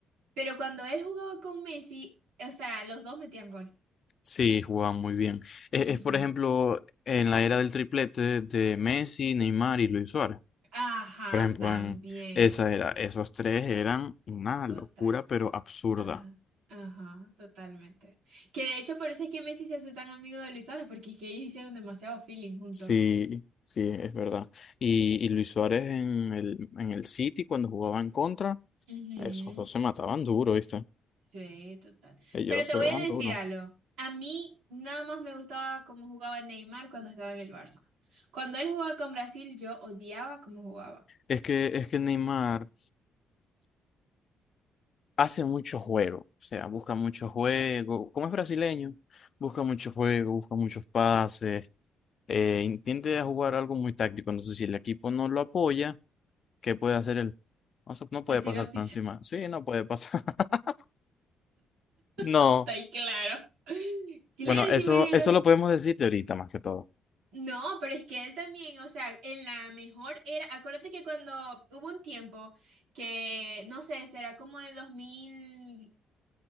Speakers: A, on the right (about 85°); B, on the left (about 50°).
A: Pero cuando él jugaba con Messi, o sea, los dos metían gol.
B: Sí, jugaban muy bien. Es,
A: Ujú.
B: es, por ejemplo, en la era del triplete de Messi, Neymar y Luis Suárez.
A: Ajá,
B: Por ejemplo,
A: también.
B: en esa era, esos tres eran una
A: Total.
B: locura, pero absurda.
A: Ajá. Ajá, totalmente. Que de hecho por eso es que Messi se hace tan amigo de Luis Suárez, porque es que ellos hicieron demasiado feeling juntos.
B: Sí, sí, es verdad. Y, y Luis Suárez en el, en el City, cuando jugaba en contra,
A: Ujú.
B: esos dos se mataban duro, ¿viste?
A: Sí, total.
B: Ellos
A: Pero te
B: se
A: voy
B: daban
A: a decir
B: duro.
A: algo. A mí nada más me gustaba cómo jugaba Neymar cuando estaba en el Barça. Cuando él jugaba con Brasil, yo odiaba cómo jugaba.
B: Es que, es que Neymar hace mucho juego, o sea, busca mucho juego. Como es brasileño, busca mucho juego, busca muchos pases, eh, intenta jugar algo muy táctico. Entonces, si el equipo no lo apoya, ¿qué puede hacer el No, se- no puede
A: Se tiró
B: pasar
A: al piso.
B: por encima. Sí, no puede pasar. <laughs> No.
A: <laughs> Está ahí claro. <laughs> Claro,
B: Bueno, eso,
A: sí me dio
B: eso
A: los...
B: lo podemos decir de ahorita más que todo.
A: No, pero es que él también, o sea, en la mejor era... Acuérdate que cuando hubo un tiempo que, no sé, será como de dos dos mil